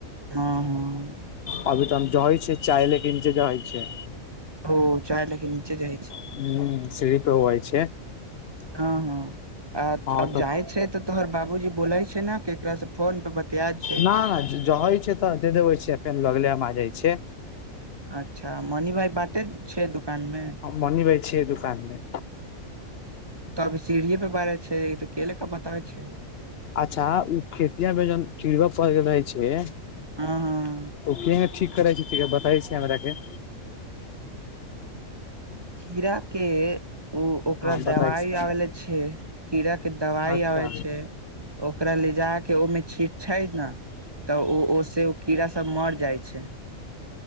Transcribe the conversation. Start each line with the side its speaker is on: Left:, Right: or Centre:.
Right: हँ हँ
Left: अभी तऽ हम ज होइ छै चाय लेकिन जे जइ छै
Right: ओ चाय लेके नीचे जाइ छै
Left: ह सीढ़ी पर होबय छै
Right: हँ हँ आ
Left: हँ
Right: अब
Left: तऽ
Right: जाय छै तऽ तोहर बाबूजी बोले छै ने केकरा से फोन पे बतियाइ छै
Left: न न जहै छै तऽ दे देबे छिय फेर लगले मे आ जाइ छै
Right: अच्छा मणि भाई बाटेत छै दुकान मे
Left: हम मनी भाय छै दुकान मे
Right: त अभी सीढ़ए पे बार छै तऽ केले का बताबै छै
Left: अच्छा ओ खेतियामे जन किड़ब पड़ गेल रहे छै
Right: ह हँ
Left: तऽ ओ के ठीक करै छै बताै छी हमर के
Right: खीरा के ओ ओकरा
Left: हँ
Right: दबाइ
Left: बताइ छी
Right: आबै ले छै कीड़ाके दबाइ
Left: अच्छा
Right: आबै छै ओकरा ले जा के ओहिमे छीट छै ने तऽ ओ ओस ओ कीड़ा सब मर जाइ छै